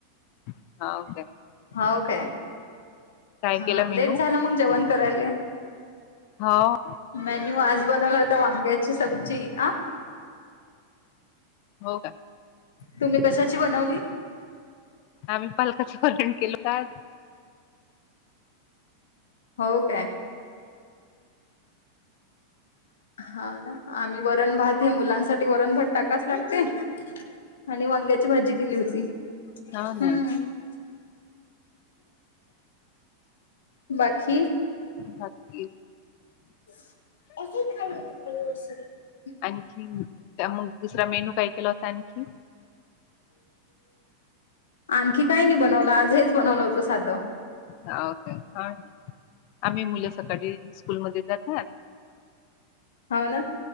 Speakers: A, on the left; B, on the left.
A: हा काय.
B: हो काय
A: काय
B: हा
A: केला
B: लेट
A: मेनू
B: झालं मग जेवण करायला.
A: हो.
B: मेन्यू आज बनवला होता वांग्याची सब्जी आ.
A: हो का
B: तुम्ही कशाची बनवली?
A: आम्ही पालकाचं वरण केलं होतं आज.
B: हो काय. हा ना आम्ही वरण भात हे मुलांसाठी वरण भात टाकाच लागते. आणि वांग्याची भाजी केली होती.
A: हा
B: हम्म
A: ना.
B: बाकी
A: बाकी
B: <unintelligible>
A: आणखी त्या मग दुसरा मेनू काय केला होता आणखी.
B: आणखी काही नाही बनवलं आज हेच बनवलं होतं साधं.
A: ओके हा. आम्ही मुलं सकाळी स्कूलमध्ये जातात.
B: होव ना.